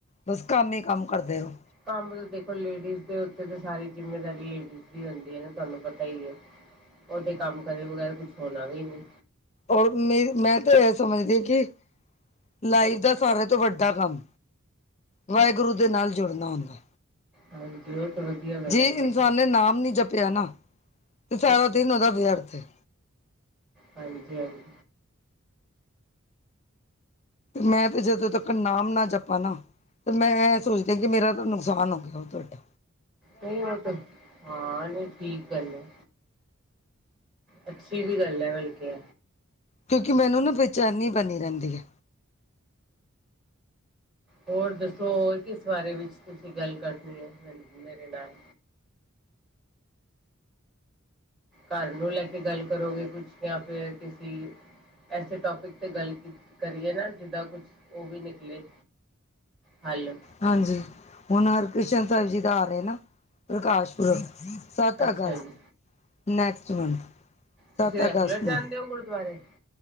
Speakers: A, on the left (about 30°); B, in the centre.
A: ਬਸ ਕੰਮ ਹੀ ਕੰਮ ਕਰਦੇ ਰੋ
B: ਕੰਮ ਤਾਂ ਦੇਖੋ ਲੇਡੀਜ਼ ਦੇ ਉੱਤੇ ਤਾਂ ਸਾਰੀ ਜਿੰਮੇਦਾਰੀ ਦਿਤੀ ਦੀ ਹੁੰਦੀ ਹੈ, ਨਾ ਤੁਹਾਨੂੰ ਪਤਾ ਹੀ ਹੈ। ਓਦੇ ਕੰਮ ਕਰੇ ਵਗੈਰਾ, ਕੁਛ ਹੋਣਾ ਵੀ ਨੀ
A: ਔਰ ਮੇ ਮੈਂ ਤਾਂ ਇਹ ਸਮਝਦੀ ਹਾਂ ਕਿ ਲਾਈਫ ਦਾ ਸਾਰਿਆਂ ਤੋਂ ਵੱਡਾ ਕੰਮ, ਵਾਹਿਗੁਰੂ ਦੇ ਨਾਲ ਜੁੜਨਾ ਹੁੰਦਾ।
B: ਹਾਂਜੀ ਬਹੁਤ ਵਧੀਆ, ਗੱਲ
A: ਜੇ
B: ਹੈ
A: ਇਨਸਾਨ
B: ਤੁਹਾਡੀ
A: ਨੇ ਨਾਮ ਨੀ ਜਪਿਆ ਨਾ, ਤੇ ਸਾਰਾ ਦਿਨ ਉਹਦਾ ਵਿਅਰਥ ਹੈ।
B: ਹਾਂਜੀ-ਹਾਂਜੀ,
A: ਮੈਂ ਤਾਂ ਜਦੋਂ ਤੱਕ ਨਾਮ ਨਾ ਜਪਾ ਨਾ, ਤੇ ਮੈਂ ਸੋਚਦੀ ਕਿ ਮੇਰਾ ਤਾਂ ਨੁਕਸਾਨ ਹੋ ਗਿਆ, ਬਹੁਤ ਵੰਡਾ
B: ਨਹੀਂ ਆ, ਹਾਂ ਨਹੀਂ ਠੀਕ ਗੱਲ ਹੈ। ਅੱਛੀ ਵੀ ਗੱਲ ਹੈ ਬਲਕਿ
A: ਕਿਉਂਕਿ ਮੈਨੂੰ ਨਾ ਬੇਚੈਨੀ ਬਣੀ ਰਹਿੰਦੀ ਹੈ।
B: ਹੋਰ ਦੱਸੋ? ਹੋਰ ਕਿਸ ਬਾਰੇ ਵਿੱਚ ਤੁਸੀਂ ਗੱਲ ਕਰਨੀ ਐ, ਮੇਰੇ ਨਾਲ ਘਰ ਨੂੰ ਲੈ ਕੇ ਗੱਲ ਕਰੋਗੇ, ਕੁਛ ਜਾਂ ਫੇਰ ਕਿਸੀ ਐਸੇ ਟੋਪਿਕ ਤੇ ਗੱਲ ਕਰੀਏ, ਨਾ ਜਿੱਦਾਂ ਕੁਛ ਉਹ ਵੀ ਨਿਕਲੇ ਹੈਲੋ,
A: ਹਾਂਜੀ, ਹੁਣ ਹਰਿਕ੍ਰਿਸ਼ਨ ਸਾਹਿਬ ਜੀ ਦਾ ਆ ਰਹੇ ਨਾ ਪ੍ਰਕਾਸ਼ ਪੁਰਬ ਸੱਤ
B: ਅੱਛਾ
A: ਅਗਸਤ
B: ਜੀ
A: ਨੈਕਸਟ ਮੰਥ ਸੱਤ
B: ਤੁਸੀਂ ਰੈਗੂਲਰ
A: ਅਗਸਤ ਨੂੰ
B: ਜਾਂਦੇ ਹੋ ਗੁਰਦੁਆਰੇ?